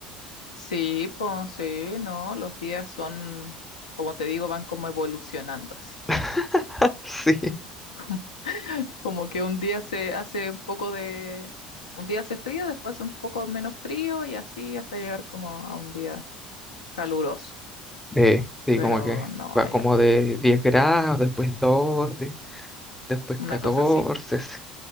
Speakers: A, on the left; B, in the centre.
A: Sí, pues sí, no, los días son, como te digo, van como evolucionando así.
B: <laughs> Sí,
A: <laughs> Como que un día se hace un poco de, un día hace frío, después hace un poco menos frío y así hasta llegar como a un día caluroso.
B: eh, sí,
A: Pero
B: como que
A: no,
B: va
A: allá
B: como de diez grados, después 12 después
A: no.
B: 14
A: Una cosa así.
B: sí.